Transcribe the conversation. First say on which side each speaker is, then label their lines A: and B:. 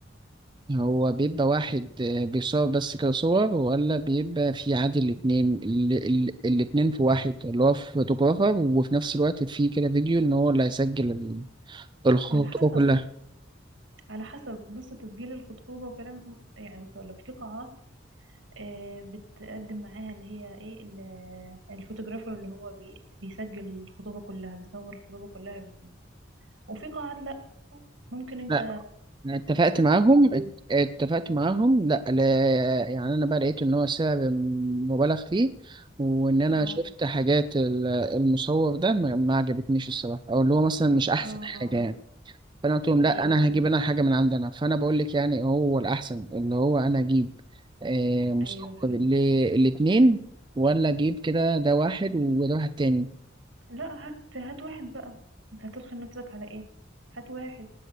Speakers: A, on the right; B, on the right.
A: هو بيبقى واحد آه، بيصور بس كده صور ولا بيبقى في عادي الاتنين ال- ال- الاتنين في واحد اللي هو فوتوغرافر وفي نفس الوقت في كده فيديو ان هو اللي هيسجل ال- الخطوة
B: على حسب
A: كلها
B: على حسب بص تسجيل الخطوبة وكلام يعني بص اقول لك في قاعات آه، بتقدم معاها اللي هي ايه ال- الفوتوغرافر اللي هو بي بيسجل الخطوبة كلها بيصور الخطوبة كلها فيديو وفي قاعات لا ممكن انت
A: لا أنا اتفقت معاهم ات- اتفقت معاهم لا لا يعني انا بقى لقيت ان هو سعر مبالغ فيه وان انا
B: اه
A: شفت حاجات ال- المصور ده ما ما عجبتنيش الصراحة او اللي هو مثلا مش احسن
B: اه
A: حاجة
B: اه اه
A: يعني فانا قلت لهم لا
B: ايوه
A: انا هجيب
B: فهمت
A: انا حاجه من عندنا فانا بقول لك يعني هو الاحسن اللي هو انا اجيب آه، مسكر
B: ايوه
A: للاتنين
B: فهمت
A: ولا اجيب كده ده واحد وده واحد تاني
B: لا هات هات واحد بقى انت هترخي نفسك على ايه هات واحد